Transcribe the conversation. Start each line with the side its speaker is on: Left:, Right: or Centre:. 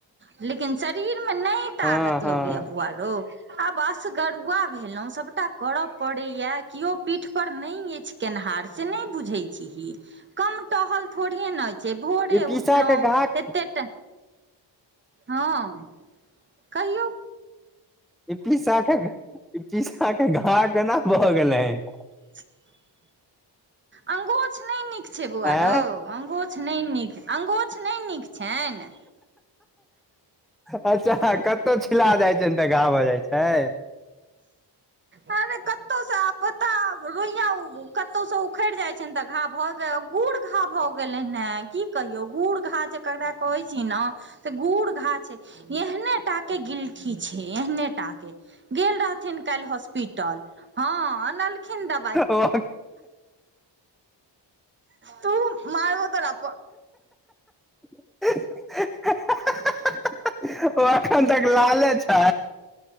Right: लेकिन शरीरमे नहि कटा तागत
Centre: हँ हँ
Right: लगैया बुआरो आब असगरुआ भेलहुँ सभटा करय पड़ैया केओ पीठपर नहि अछि केनिहार से नहि बुझैत छीही कम टहल थोड़िये न जे भोरे
Centre: ई पीसा
Right: उठलहु
Centre: के घाक
Right: एतेटा हँ कहियौ
Centre: ई पीसा पीसा के घाव केना भह गेल हन
Right: <inaudible> अंगुछ नहि नीक छै बौआ
Centre: आँ
Right: रौ अंगूछ नहि नीक अंगुछ नहि नीक छनि
Centre: अच्छा कतौ छिला जाइ छै ने तऽ घा भ जाइ छै
Right: अरे कतो साब बता रोया कतो स उखड़ि जाइ छ त घा भऽ गेल गुड़ घा भऽ गेलै ने की कहियो गुड़ घा जे ककरा कहै छी ने तऽ गुड़ घा छै एहने टा के गिलठी छै एहने टा के गेल रहथिन काल्ह हॉस्पिटल हँ अनलखिन दबाइ
Centre: ओ
Right: तू मारबो तोरा अपन
Centre: ओ एखन तक लाले छै